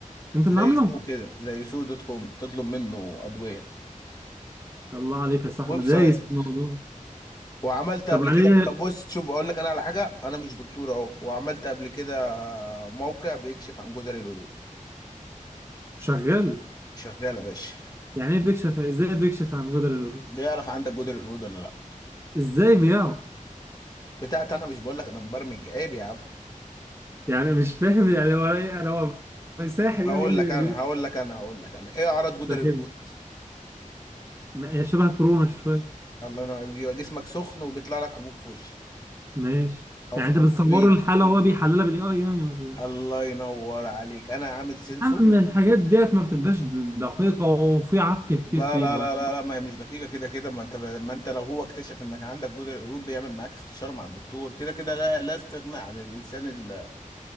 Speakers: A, on the right; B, on the left.
A: انت
B: زي
A: اللي عامله
B: سوق كده زي سوق دوت كوم تطلب منه ادوية
A: الله عليك يا صاحبي
B: ويب سايت
A: دايس في الموضوع
B: وعملت قبل
A: طب عليه
B: كده طب بص شوف اقول لك انا على حاجة انا مش دكتور اهو وعملت قبل كده آه، موقع بيكشف عن جدري القرود
A: شغال
B: شغالة يا باشا
A: يعني ايه بيكشف ازاي بيكشف عن جدر القلوب
B: بيعرف عندك جدري القرود ولا لا
A: ازاي بيعرف
B: بتاعت انا مش بقول لك انا مبرمج عيب يا عم
A: يعني مش فاهم يعني هو ايه يعني هو ساحر
B: هقول
A: يعني ايه اللي
B: لك انا
A: بي-
B: هقول لك انا هقول لك انا ايه اعراض جدري
A: فاهم
B: القرود
A: ما- هي شبه كورونا شويه
B: الله ينور عليك. بيبقى جسمك سخن وبيطلع لك حبوب في وشك
A: ماشي
B: او
A: يعني
B: في
A: انت
B: حبوب
A: بتصور
B: في ايدك
A: الحاله وهو بيحللها بالاي اي يعني ولا
B: الله ينور عليك انا عامل سنسور
A: اما الحاجات ديت ما بتبقاش دقيقه وفي عك كتير
B: لا
A: فيها
B: لا لا لا لا ما هي مش دقيقه كده كده ما انت ما انت لو هو اكتشف انك عندك جدر قلوب بيعمل معاك استشاره مع الدكتور كده كده لا لا استغناء عن الانسان ال...